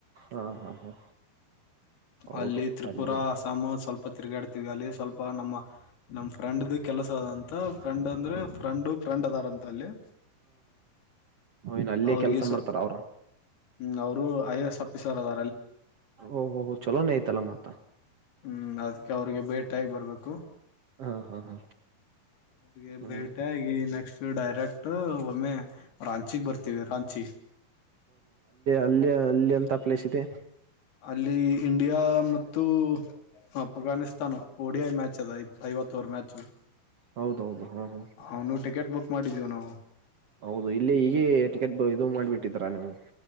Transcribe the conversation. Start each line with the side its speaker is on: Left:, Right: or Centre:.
Right: ಹಾ ಹಾ ಹಾ ಹೌದು
Left: ಅಲ್ಲಿ ತ್ರಿಪುರಾ
Right: ಅಲ್ಲಿ
Left: ಅಸ್ಸಾಾಮ ಸ್ವಲ್ಪ ತಿರುಗಾಡ್ತವಿ ಅಲ್ಲಿ ಸ್ವಲ್ಪ ನಮ್ಮ ನಮ ್ರೆಂಡ್ ಕೆಲಸ ಅದಂತ ಫ್ರೆಂಡ್
Right: ಹಾ
Left: ಅಂದ್ರೆ ಫ್ರೆಂಡು ಫ್ರೆಂಡ್ ಅದಾರಂತ ಅಲ್ಲಿ
Right: ಹ್ನ್ ಅಲ್ಲೇ
Left: ಅವ್ರಿಗೆ
Right: ಕೆಲಸ
Left: ಸ
Right: ಮಾಡ್ತಾರ ಅವರು
Left: ಹ್ಮ್ ಅವ್ರು ಐ ಎಸ್ ಆಫೀಸರ್ ಅದ
Right: ಓಹೋ ಹೋ ಚಲೋ ನ ಆಯ್ತಲ್ಲ ಮತ್ತ
Left: ಹ್ಮ್ ಅದ್ಕ್ ಅವ್ರಿಗೆ ಭೇಟಾಗಿ ಬರ್ಬೇಕು
Right: ಹಾ ಹಾ ಹಾ
Left: ಅವ್ರಿಗೆ
Right: ಹ್ಮ್
Left: ಭೇಟ ಆಗಿ ನೆಕ್ಸ್ಟ್ ಡೈರೆಕ್ಟ್ ಟು ಒಮ್ಮೆ ರಾಂಚಿಗ್ ಬರ್ತೀವಿ ರಾಂಚಿ
Right: ಇನ್ಯ ಇನ್ನೆಂತ ಪ್ಲೇಸ್ ಇದೆ
Left: ಅಲ್ಲಿ ಇ ಇಡಿಯ ಮತ್ತು ಅಫ್ಘಾನಿಸ್ತಾನ ಓಡಿಯಿ ಮಾಚ್ ಅ ಐವತ್ತು ತೂರ್ ಮ್ಯಾಚ್
Right: ಹೌದೌದು ಹಾ ಹಾ
Left: ಅವನು ಟಿಕೆಟ್ ಬುಕ್ ಮಾಡಿದ್ದೀವು ನಾವು
Right: ಹೌದು ಇಲ್ಲಿ ಈಗಿ ಟಿಕೆಟ್ ಇದು ಮಾಡ್ಬಿಟ್ಟಿದ್ರ ನೀವು